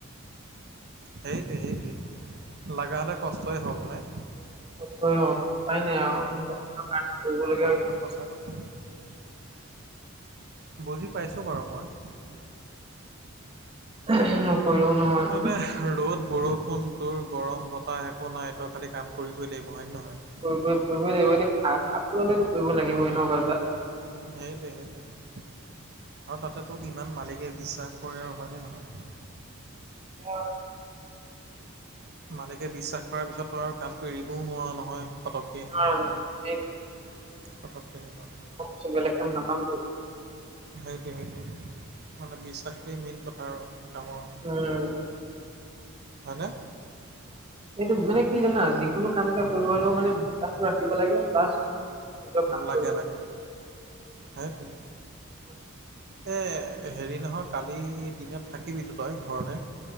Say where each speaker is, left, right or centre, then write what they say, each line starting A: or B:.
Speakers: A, on the right; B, on the right.
A: সেইটোৱে সেইটোৱে লাগা হ'লে কষ্টই হওক নে,
B: অয় উপায় নাই আৰু <unintelligible> কাৰণে, কৰিবলগীয়া
A: সেইটো সঁচা কথা বুজি পাইছোঁ বাৰু মই,
B: <unintelligible> নহয়
A: মানে ৰ'দ বৰষুণ তোৰ গৰম বতাহ একো নাই ত, খালি কাম কৰিবই লাগিব হয় নে নহয়?
B: কৰিবই কৰিবই লাগিব এতিয়া আপোনতো কৰিব লাগিব এনেকুৱা যে,
A: সেইটোৱে সেইটোৱে আৰু তাতে তোক ইমান মালিকে বিশ্বাস কৰে আৰু হয়নে নহয়।
B: হয়।
A: মালিকে বিশ্বাস কৰাৰ পিছত তো আৰু কামটো এৰিবও নোৱাৰ নহয় পতকে
B: কাৰণ
A: কথাটো
B: এই
A: তেনেকুৱা।
B: চ বেলেগ কাম নাপামতো,
A: সেইটোৱে সেইটোৱে মানে বিশ্বাসটোৱেই মেইন কথা আৰু কামৰ।
B: উম
A: হয়নে,
B: এইটো মানে কি জানা যিকোনো কাম এটা কৰিব হলেও মানে
A: উম,
B: বিশ্বাসটো ৰাখিব লাগে প্লাছ, নিজৰ কাম
A: লাগে
B: কৰিব
A: লাগে সেইটোৱে,
B: <inaudible>
A: এই হেৰি নহয় কালি দিনত থাকিবিতো তই ঘৰতে।